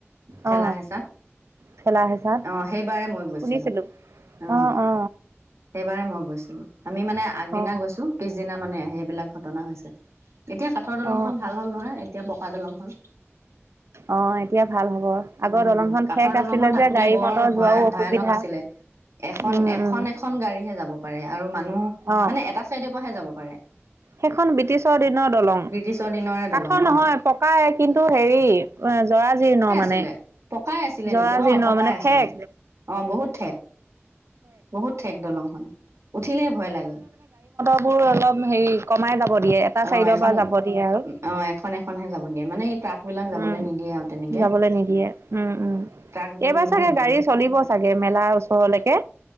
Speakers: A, on the right; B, on the right.
A: ঠেলা
B: অ
A: হেঁচাত।
B: ঠেলা হেঁচাত
A: অঁ, সেইবাৰে মই গৈছিলো।
B: শুনিছিলো
A: অঁ,
B: অ অ
A: সেইবাৰে মই গৈছিলো <unintelligible> আমি মানে আগদিনা
B: অ
A: গৈছো, পিছদিনা মানে সেইবিলাক ঘটনা হৈছে। এতিয়া কাঠৰ দলংখন
B: অ
A: ভাল হ'ল নহয় এতিয়া পকা দলং হ'ল।
B: অঁ এতিয়া ভাল হ'ব আগৰ
A: উম,
B: দলংখন
A: কাঠৰ
B: ঠেক
A: দলংখন
B: আছিলে
A: থাকোতে
B: যে গাড়ী
A: বৰ
B: মটৰ
A: ভয়া
B: যোৱাও অসুবিধা
A: ভয়ানক আছিলে, এখন
B: উম
A: এখন
B: উম
A: এখন গাড়ীহে যাব পাৰে আৰু মানুহ
B: অ
A: মানে এটা চাইডে অহে যাব পাৰে।
B: সেইখন ব্ৰিটিছৰ দিনৰ দলং,
A: ব্ৰিটিছৰ দিনৰে দলং
B: কাঠৰ
A: অ',
B: নহয় পকাই কিন্তু হেৰি, জৰাজীৰ্ণ মানে
A: ছিলে পকাই আছিলে
B: জৰাজীৰ্ণ
A: নেকি অ', পকাই
B: মানে
A: আছিলে,
B: ঠেক
A: অ', বহুত ঠেক বহুত ঠেক দলংখন, উঠিলেই ভয় লাগে।
B: বোৰ অলপ হেৰি কমাই যাব দিয়ে এটা
A: অ'
B: চাইডৰ
A: এখন,
B: পৰা যাব দিয়ে আৰু
A: অ' এখন এখনহে যাব দিয়ে মানে এই ট্ৰাক বিলাক যাবলৈ
B: উম
A: নিদিয়ে আৰু তেনেকে।
B: যাবলৈ নিদিয়ে উম, উম,
A: ট্ৰাক বোৰ
B: এইবাৰ
A: কিমান
B: চাগে
A: ওজন
B: গাড়ী চলিব চাগে মেলাৰ ওচৰলৈকে,